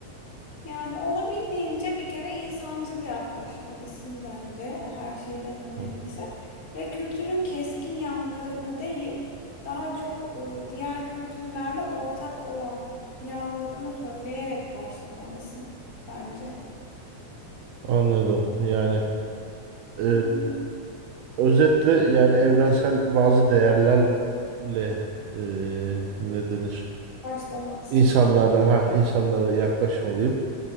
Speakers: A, on the left; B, on the right.
A: Yani olabildiğince bir kere insancıl yaklaşmalısın bence her şeyden önemlisi.
B: Hı,
A: Ve kültürün keskin yanlarını değil, daha çok e, diğer kültürlerle ortak olan yanlarını söyleyerek başlamalısın bence.
B: Anladım. Yani e,
A: Hı hı.
B: özetle yani evrensel bazı değerlerle e, ne denir?
A: Başlamalısın.
B: İnsanlara ha insanlara yaklaşmalıyım.